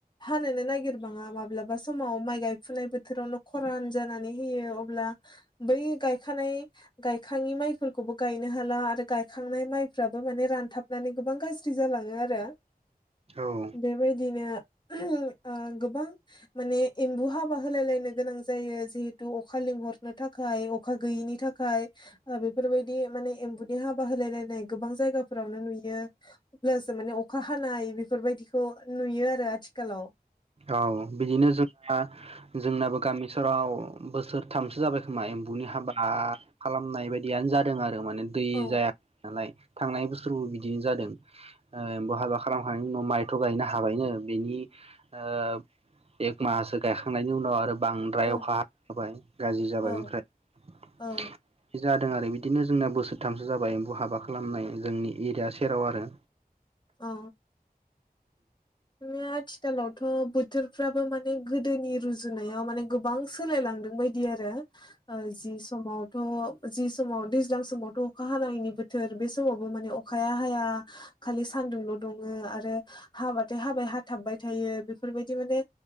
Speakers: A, on the left; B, on the right.
A: हानोनो नागिरबाङा माब्लाबा समाव माइ गायफुनाय बोथोरावनो खरान जानानै होयो अब्ला बै गायखानाय गायखाङि माइफोरखौबो गायनो हाला आरो गायखांनाय माइफ्राबो माने रानथाबनानै गोबां गाज्रि जालाङो आरो।
B: औ
A: बेबायदिनो ओ गोबां माने एम्बु हाबा होलायलायनो गोनां जायो जिहेतु अखा लिंहरनो थाखाय अखा गैयिनि थाखाय बेफोरबायदि माने एम्बु नि हाबा होलाय लायनाय गोबां जायगाफोरावनो नुयो। अब्लासो माने अखा हानाय बेफोरबायदिखौ नुयो आरो आथिखालाव।
B: औ बिदिनो जोंना जोंनाबो गामि ओनसोलाव बोसोरथामसो जाबाय खोमा एम बुनि हाबा खालाम नाय बायदियानो जादों आरो आरो माने दै
A: औ
B: जायाखै नालाय। थांनाय बोसोरबो बिदिनो जादों ओ हाबा खालामखांनायनि उनाव माइथ' गायनो हाबायनो बेनि ओ एक मासो गायखांनायनि उनाव आरो बांद्राय
A: औ
B: अखा हाना होबाय गाज्रि जाबाय
A: औ
B: ओमफ्राय।
A: औ
B: जादों आरो बिदिनो जोंना बोसोरथामसो जाबाय एम्फौ हाबा खालामनाय जोंनि एरिया सेराव आरो।
A: औ। बिदिनो आथिखालाव थ' बोथोरफ्राबो माने गोदोनि रुजुनायाव माने गोबां सोलायलांदों बायदि आरो। ओ जि समाव थ' जि समाव दैज्लां समावथ' अखा हानायनि बोथोर बे समावबो माने अखाया हाया। खालि सान्दुंल' दुङो आरो हाबाथाय हाबाय हाथाबबाय थायो बेफोरबायदि माने